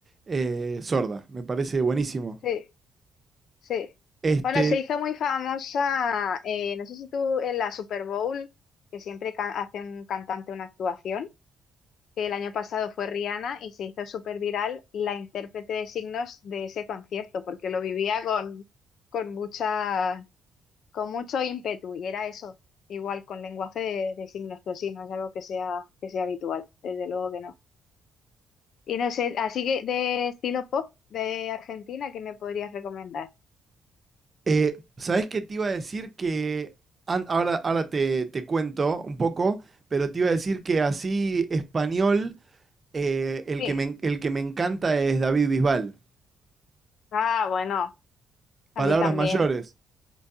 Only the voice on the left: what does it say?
sí, sí.
Bueno, se hizo muy famosa, eh, no sé si tú en la Super Bowl, que siempre ca- hace un cantante una actuación. que el año pasado fue Rihanna y se hizo súper viral la intérprete de signos de ese concierto, porque lo vivía con, con mucha, con mucho ímpetu y era eso, igual con lenguaje de, de signos, pero sí, no es algo que sea, que sea habitual, desde luego que no. Y no sé, así que de estilo pop de Argentina, ¿qué me podrías recomendar?
Sí.
Ah, bueno, a
mí también.